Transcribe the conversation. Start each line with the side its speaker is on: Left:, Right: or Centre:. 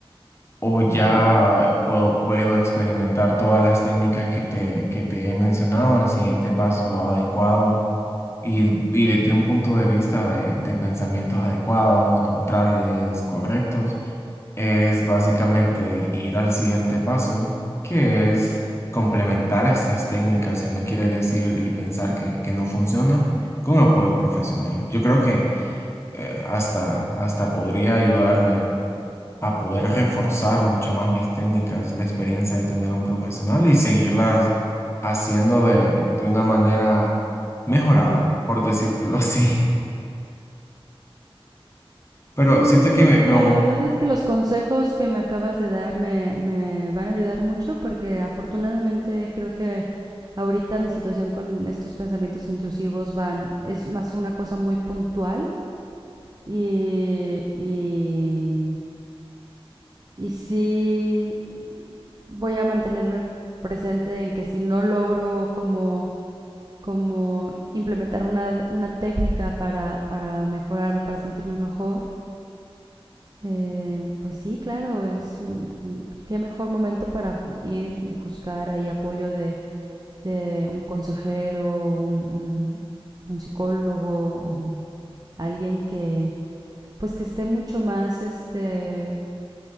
Left: o ya
Right: Uh -huh.
Left: puedo, puedo experimentar todas las técnicas que te, que te he mencionado, el siguiente paso adecuado y, y desde un punto de vista de, de pensamientos adecuados, neutrales, correctos, es básicamente ir al siguiente paso, que es complementar estas técnicas si no quiere decir y pensar que, que no funciona con apoyo profesional. Yo creo que eh, hasta, hasta podría ayudarme a poder reforzar mucho más mis técnicas, la experiencia de tener un profesional y seguirlas haciendo de, de una manera mejorada,
Right: Uh -huh.
Left: por decírtelo <laughs> así.
Right: Sí,
Left: Pero siento que
Right: pues
Left: me,
Right: mira,
Left: me voy
Right: la verdad es que los consejos que me acabas de dar me, me van a ayudar mucho porque afortunadamente creo que ahorita mi situación con estos pensamientos intrusivos van, es más una cosa muy puntual y, y, y sí voy a mantenerme presente en que si no logro como como implementar una, una técnica para, para mejorarme, para sentirme mejor, eh, pues sí, claro, es qué mejor momento para ir y buscar ahí apoyo de, de un consejero, un, un, un, psicólogo o alguien que pues que esté mucho más este